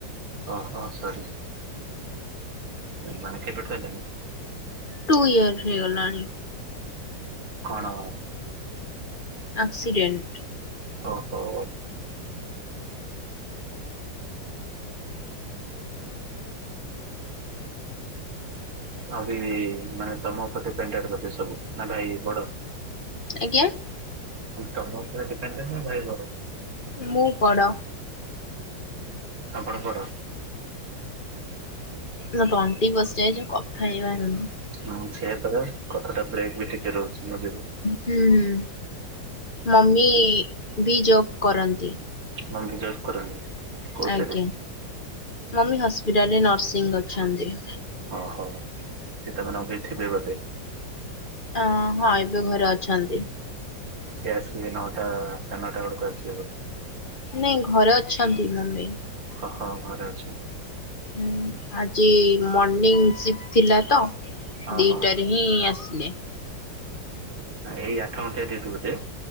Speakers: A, on the right (about 50°); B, on the left (about 35°).
A: ଓ ହୋ ସରି। ମାନ କେବେଠୁ ହେ
B: ଟୁ ଇୟର୍ ହେଇଗଲାଣି।
A: କଣ
B: ଆକ୍ସିଡେଣ୍ଟ।
A: ଓହୋ ଆଉ ମାନେ ତମ ଉପରେେ ଡିପେଡେଡ କରେ ସବୁ ନା ଭାଇ ବଡ।
B: ଆଜ୍ଞା
A: ତମ ଉପରେ ଡିପେଣ୍ଡ ଭାଇ ବଡ଼।
B: ମୁଁ ବଡ଼।
A: ଆପଣ ବଡ଼।
B: ମୋ ତଣ୍ଟି ବସି ଯାଇଛି କଥା ହେଇବାରୁନି।
A: ହୁଁ <unintelligible> କଥା ଟା ବ୍ରେକ୍ ବି ଟିକେ ରହୁଛି ମଝିରେ।
B: ହୁଁ ମମି ବି ଜବ୍ କରନ୍ତି।
A: ମମି ଜବ୍ କରନ୍ତି। କୋଉଥିରେ
B: ଆଜ୍ଞା ମମି ହସ୍ପିଟାଲରେ ନର୍ସିଂ କରୁଛନ୍ତି।
A: ଓହୋ <unintelligible> ବୋଧେ।
B: ଅ ହଁ ଏବେ ଘରେ ଅଛନ୍ତି।
A: ସେ ଆସିବେ ନଟା ସାଢେନଟା ବେଳକୁ ଆସିବେ ବୋଧେ।
B: ନାଇଁ ଘରେ ଅଛନ୍ତି ମମି।
A: ହଁ ହଁ ଘରେ ଅଛି।
B: ହଁ ଆଜି ମର୍ଣିିଂ ସିପ୍ ଥିଲା ତ
A: ଓହୋ
B: ଦିଟାରେ। ହୁଁ ଆସିଲେ।
A: ହଁ ଏଇ ଆଠ ଘଣ୍ଟଆ ଟିୟୁଟି ବୋଧେ।